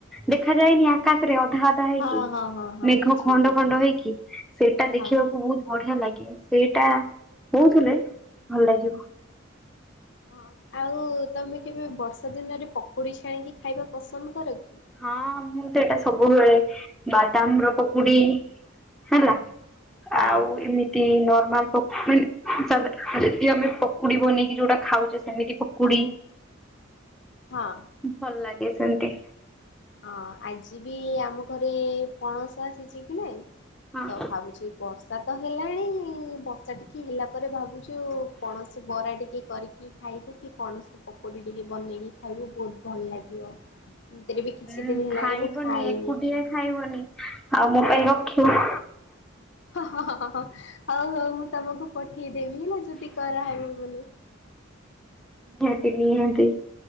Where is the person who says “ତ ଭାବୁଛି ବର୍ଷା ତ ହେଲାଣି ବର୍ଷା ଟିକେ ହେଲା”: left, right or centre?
Left